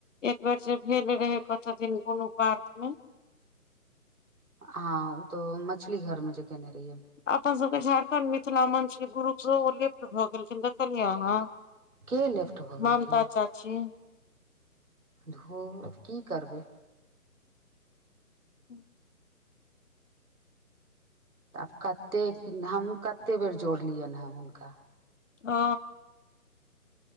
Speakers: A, on the left; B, on the right.
A: एक बेर जे भेल रहे कत दिन कोनो पार्क मे
B: हँ ओ तो मछली घर में जे केने रहियै
A: अपन सभके झारखण्ड मिथिला मंच के ग्रुप सेहो ओ लेफ्ट भऽ गेलखिन देखलियै अहाँ
B: के लेफ्ट भऽ गेलखिन
A: ममता
B: हेँ
A: चाची
B: धु की करबै
A: ह्म
B: तऽ आब कतेक हम कतेक बेर जोड़लियनि हेँ हुनका
A: ओ